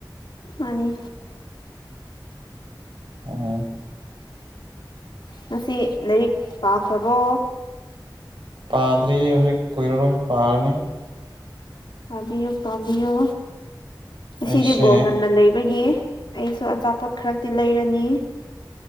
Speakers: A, on the left; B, on the right.
A: ꯃꯥꯅꯤ
B: ꯑꯣ
A: ꯉꯁꯤ ꯂꯥꯏꯔꯤꯛ ꯄꯥꯈ꯭ꯔꯕꯣ
B: ꯄꯥꯗ꯭ꯔꯤ ꯍꯧꯖꯤꯛ ꯀꯨꯏꯔꯔꯣꯏ ꯄꯥꯔꯅꯤ
A: ꯄꯥꯕꯤꯌꯨ ꯄꯥꯕꯤꯌꯨ ꯉꯁꯤꯗꯤ
B: ꯑꯩꯁꯦ
A: ꯕꯣꯜ ꯉꯟꯅ ꯂꯩꯕꯒꯤ ꯑꯩꯁꯨ ꯑꯆꯥꯄꯣꯠ ꯈꯔꯗꯤ ꯂꯩꯔꯅꯤ